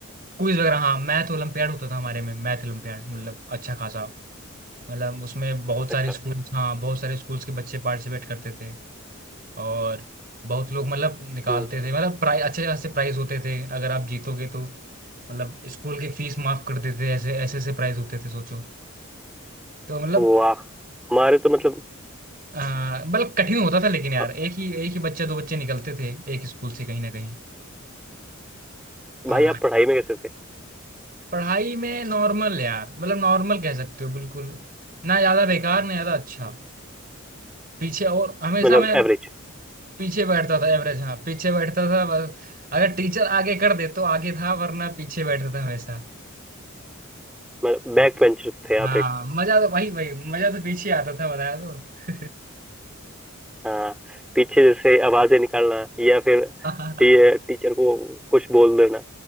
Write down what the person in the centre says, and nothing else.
अच्छा
हम्म
वाह हमारे तो मतलब
ह-
भाई आप पढ़ाई में कैसे थे
मतलब
एवरेज
मतलब बैक बेंचर्स थे आप
हाँ पीछे जैसे आवाजें निकालना या फिर
टी, टीचर को कुछ बोल देना